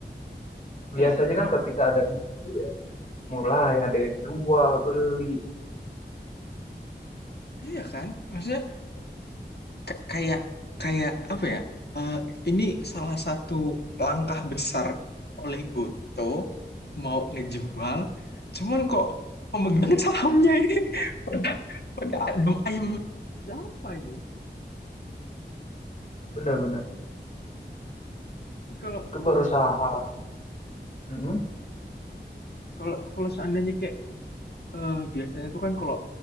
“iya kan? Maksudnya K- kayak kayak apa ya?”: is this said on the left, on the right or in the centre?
Left